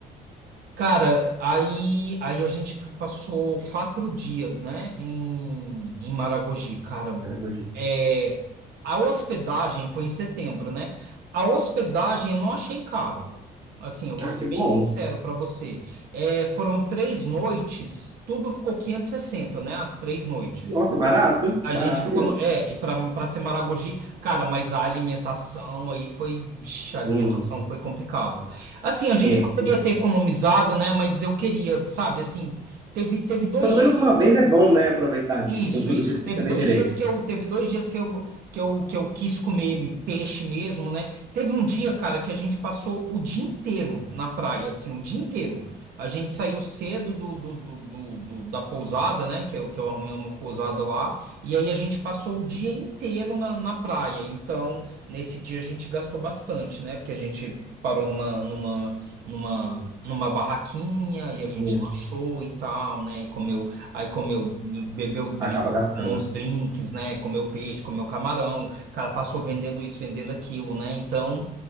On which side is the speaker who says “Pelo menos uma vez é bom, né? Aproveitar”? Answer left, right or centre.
Right